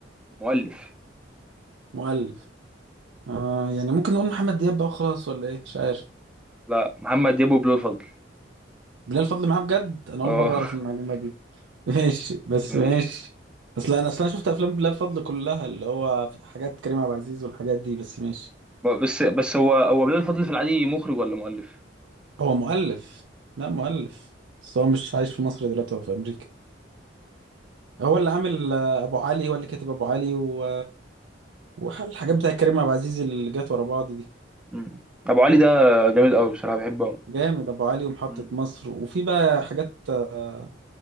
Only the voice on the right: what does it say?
مؤلف آه يعني ممكن نقول محمد دياب بقى وخلاص ولا ايه مش عارف
بلال فضل معاه بجد انا
اول مره اعرف
المعلومه دي <laughs> ماشي بس
ماشي اصل انا اصل انا اصلا شفت افلام بلال فضل كلها اللي هو حاجات كريم عبد العزيز والحاجات دي بس ماشي
هو مؤلف لا مؤلف بس هو مش عايش في مصر دلوقتي هو في امريكا هو اللي عامل آه، ابو علي هو اللي كاتب ابو علي و... والحاجات بتاع كريم عبد العزيز اللي جت ورا بعض دي
جامد ابو علي ومحطة
مصر وفي بقى حاجات آه،